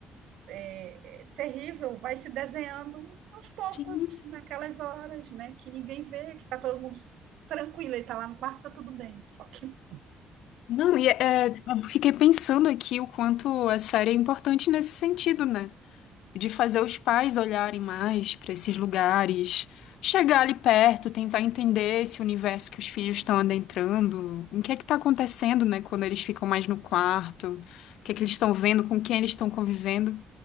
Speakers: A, on the right (about 80°); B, on the left (about 85°).
A: é, é terrível vai se desenhando aos poucos,
B: Sim.
A: naquelas horas, né? Que ninguém vê, que tá todo mundo tranquilo, ele tá lá no quarto, tá tudo bem. Só que
B: Não, e é, é, eu fiquei pensando aqui o quanto a série é importante nesse sentido, né? De fazer os pais olharem mais para esses lugares, chegar ali perto, tentar entender esse universo que os filhos estão adentrando, o que é que está acontecendo, né, quando eles ficam mais no quarto, o que é que eles estão vendo, com quem eles estão convivendo,